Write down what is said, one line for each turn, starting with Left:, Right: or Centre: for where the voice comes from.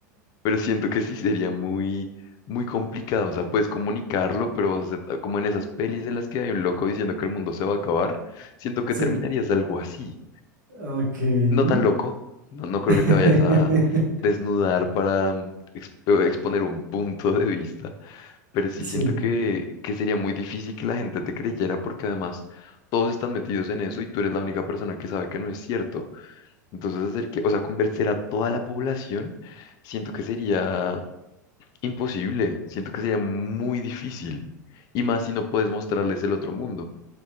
Left: Pero siento que sí sería muy, muy complicado, o sea, puedes comunicarlo, pero vas a ser- como en esas pelis en las que hay un loco diciendo que el mundo se va a acabar, siento que
Right: Sí,
Left: terminarías algo así.
Right: ok.
Left: No tan loco, no, no creo
Right: <laughs>
Left: que te vayas a desnudar para mm, exp- exponer un punto de vista, pero sí
Right: Sí.
Left: siento que, que sería muy difícil que la gente te creyera porque además todos están metidos en eso y tú eres la única persona que sabe que no es cierto. Entonces hacer que, o sea, convencer a toda la población, siento que sería imposible, siento que sería muy difícil y más si no puedes mostrarles el otro mundo,